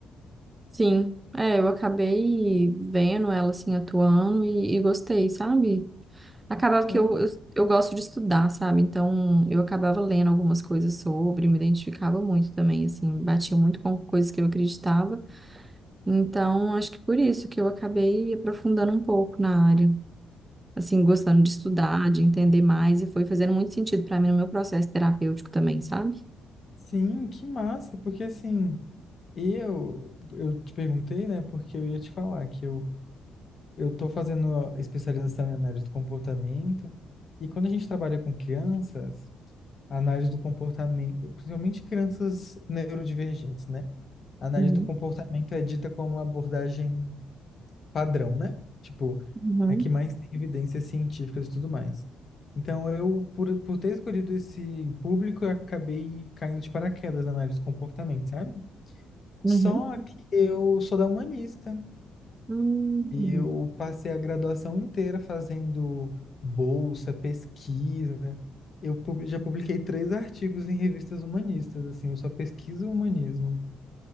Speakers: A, on the right; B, on the left.
A: Sim, é, eu acabei vendo ela assim atuando e, e gostei, sabe? Acabava que
B: Ah,
A: eu, eu, eu gosto de estudar, sabe? Então eu acabava lendo algumas coisas sobre, me identificava muito também, assim, batia muito com coisas que eu acreditava. Então acho que por isso que eu acabei aprofundando um pouco na área, assim, gostando de estudar, de entender mais, e foi fazendo muito sentido para mim no meu processo terapêutico também, sabe?
B: sim, que massa, porque assim, eu eu te perguntei, né, porque eu ia te falar que eu, eu tô fazendo a especialização em análise do comportamento, e quando a gente trabalha com crianças, a análise do comportamento, principalmente crianças neurodivergentes, né? A análise
A: Uhum,
B: do comportamento é dita como uma abordagem padrão, né? Tipo,
A: uhum,
B: é que mais tem evidências científicas e tudo mais. Então, eu, por, por ter escolhido esse público, eu acabei caindo de paraquedas na análise do comportamento, sabe?
A: uhum.
B: Só que eu sou da humanista
A: Hum,
B: e eu passei a graduação inteira fazendo bolsa, pesquisa. Eu pub- já publiquei três artigos em revistas humanistas, assim, eu só pesquiso o humanismo.